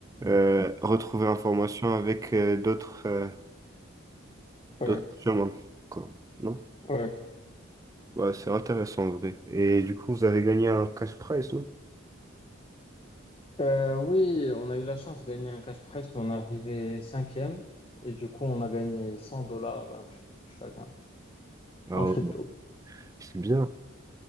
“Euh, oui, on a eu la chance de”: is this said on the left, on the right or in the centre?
Left